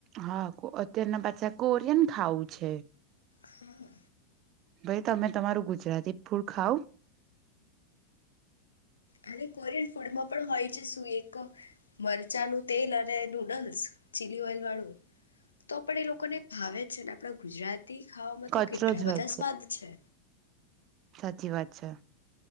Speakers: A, on the right (about 40°); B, on the left (about 75°).
A: હા અત્યારના પાછા કોરિયન ખાવું છે.
B: હા
A: ભાઈ તમે તમારું ગુજરાતી ફૂડ ખાવ
B: અને કોરિયન ફૂડમાં પણ હોય છે શું એક મરચાંનું તેલ અને નુડલ્સ ચીલી ઓઇલ વાળું તો પણ એ લોકો ને ભાવે છે ને આપણા ગુજરાત તે ખાવામાં
A: કચરો
B: તો કેટલા
A: જ
B: બધા
A: હોય
B: સ્વાદ છે.
A: સાચી વાત છે,